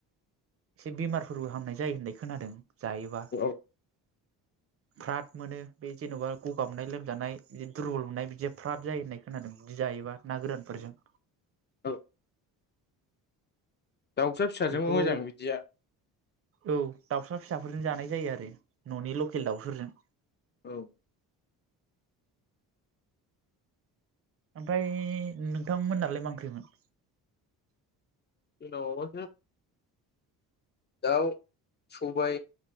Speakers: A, on the right; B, on the left.
A: एसे बेमारफोरबो हामनाय जायो होननाय खोनादों। जायोबा।
B: औ
A: फ्राथ मोनो बे जेन'बा गगामनाय लोमजानाय दुरबल मोननाय बिदि फ्राद जायो होननाय खोनादों बिदि जायोबा ना गोरानफोरजों।
B: औ दाउसा फिसाजोंबो
A: बेखौ
B: मोजां बिदिया
A: औ दाउसारा फिसाफोरजों जानाय जायो आरो न'नि लकेल दाउफोरजों।
B: औ।
A: ओमफ्राय नोंथांमोननालाय मा ओंख्रिमोन?
B: हेल' <unintelligible> दाउ, सबाय,